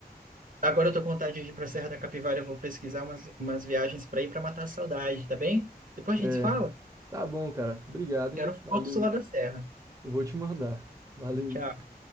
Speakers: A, on the right; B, on the right.
A: Agora eu tô com vontade de ir pra Serra da Capivara, eu vou pesquisar umas, umas viagens para ir para matar a saudade, tá bem? Depois a
B: É.
A: gente fala.
B: Tá bom, cara. Obrigado,
A: Quero
B: hein? Valeu.
A: fotos lá da serra.
B: Eu vou te mandar. Valeu.
A: Tchau.